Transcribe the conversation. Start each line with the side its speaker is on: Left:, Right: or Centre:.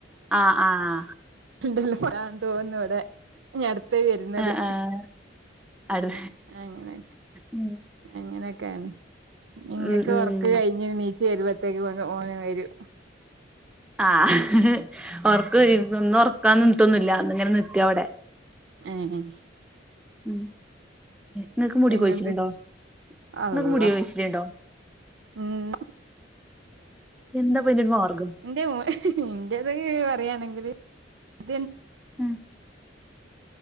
Centre: ആ ആഹ
Right: <unintelligible> തോന്നുന്നു ഇവിടെ അടുത്ത വരുന്നത്
Centre: ആഹ് ആഹ് അടു
Right: അങ്ങനെ
Centre: ഉം
Right: അങ്ങനെക്കെയാണ് ഇങ്ങക്ക്
Centre: ഉം ഉം
Right: ഉറക്ക് കഴിഞ്ഞ ചേരുപത്തേക്ക് ഓന വര്
Centre: ആഹ ഓർക്ക് ഒന്ന് ഉറക്കാ നിട്ടൊന്നില്ല അന്ന ഇങ്ങനെ നിത്തിയ അവിടെ
Right: ആ ആ
Centre: ഉം ങ്ങക്ക് മുടി കൊയിച്ചില്ണ്ടോ
Right: കൊണ്ട് അള്ളാ
Centre: ങ്ങക്ക് മുടി കൊയിച്ചില്ണ്ടോ
Right: ഉം
Centre: എന്താ പിന്നീട്ട മാർന്നു
Right: എന്റെ മ ഇന്റേത പറയായാണെങ്കില് <unintelligible>
Centre: ഉം